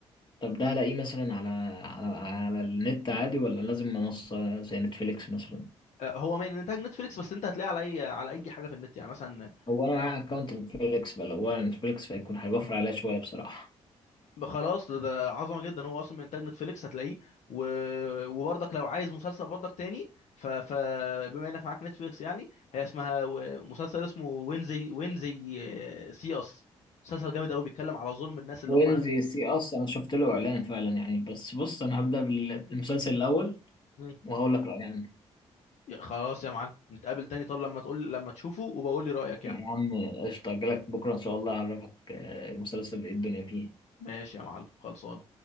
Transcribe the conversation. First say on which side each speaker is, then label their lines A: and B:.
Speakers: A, on the left (about 35°); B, on the left (about 65°).
A: طب ده ألاقيه مثلا على على على النت عادي ولا لازم منصة زي نتفليكس مثلا؟
B: آه، هو من انتاج نتفليكس بس انت هتلاقيه على اي على اي حاجه في النت يعني مثلا
A: هو أنا
B: لو
A: معايا أكونت نتفليكس فلو هو نتفليكس فيكون هيوفر عليا شوية بصراحة
B: خلاص ده, ده عظمه جدا هو اصلا من انتاج نتفليكس هتلاقيه و... وبرضك لو عايز مسلسل برضك تاني ف... فبما انك معاك نتفليكس يعني هي اسمها و- مسلسل اسمه وينزي وينزي آه، سي اس مسلسل جامد قوي بيتكلم على ظلم الناس اللي
A: وين
B: هم
A: زي سي أصلا أنا شفت له إعلان فعلا يعني بس بص أنا هبدأ بال- بالمسلسل الأول
B: مم.
A: وهقول لك رأيي عنه
B: خلاص يا معلم نتقابل تاني طب لما تقول لما تشوفه وبقول لي رايك يعني
A: يا عم قشطة أجيلك بكرة إن شاء الله أعرفك آه، المسلسل إيه الدنيا فيه
B: ماشي يا معلم خلصان